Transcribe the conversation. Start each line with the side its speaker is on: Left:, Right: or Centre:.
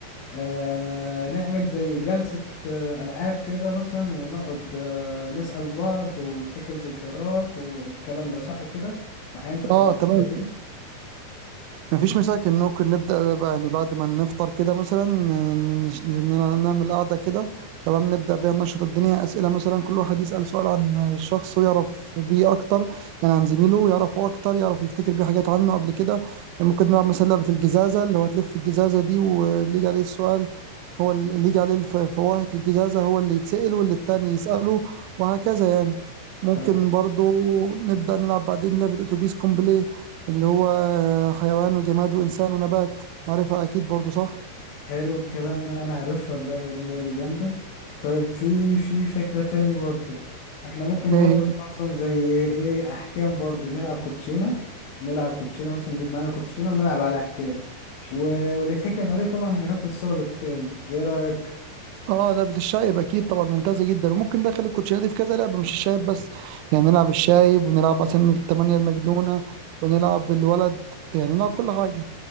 Left: آه نعمل زي جلسة آه ألعاب كده مثلا ونقعد آه نسأل بعض ونفتكر ذكريات و- والكلام ده صح كده معايا أنت في
Right: اه
Left: في
Right: تمام
Left: الحتة دي
Right: مفيش مشاكل ممكن نبدأ بقى يعني بعد ما نفطر كده مثلا ن- نش- ن- نعمل قعدة كده تمام نبدأ بيها ننشط الدنيا أسئلة مثلا كل واحد يسأل سؤال عن الشخص ويعرف بيه أكتر يعني عن زميله يعرفه أكتر يعرف يفتكر بيه حاجات عنه قبل كده يعني ممكن نلعب مثلا لعبة الجزازة اللي هو تلف الجزازة دي واللي يجي عليه السؤال هو اللي يجي عليه الف- فواهة الجزازة هو اللي يتسأل واللي التاني يسأله وهكذا يعني ممكن
Left: طب
Right: برضو نبدأ نلعب بعدين لعبة أتوبيس كومبلي اللي هو حيوان وجماد وإنسان ونبات عارفها أكيد برضو صح
Left: حلو الكلام ده أنا عارفها اللعبة دي برضو جامدة طيب في في فكرة تاني برضو احنا ممكن
Right: إيه
Left: برضو
Right: هي؟
Left: ننظم زي ايه إيه، أحكام برضو نلعب كوتشينة نلعب كوتشينة مثلا نجيب معانا كوتشينة ونلعب على أحكام و... واللي يتحكم عليه طبعا هينفذ طلب التاني ايه رأيك؟
Right: اه لعبة الشايب أكيد طبعا ممتازة جدا وممكن ندخل الكوتشينة دي في كذا لعبة مش الشايب بس يعني نلعب الشايب ونلعب مثلا التمانية المجنونة ونلعب الولد يعني نلعب كل حاجة